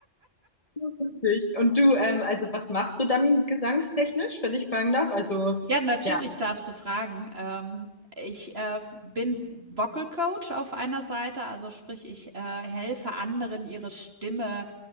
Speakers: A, on the left (about 30°); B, on the right (about 55°).
A: Witzig. Und du, ähm, also was machst du dann gesangstechnisch, wenn ich fragen darf? Also,
B: Ja, natürlich
A: ja,
B: darfst du fragen. Ähm, ich äh, bin Vocal Coach auf einer Seite, also sprich, ich äh, helfe anderen, ihre Stimme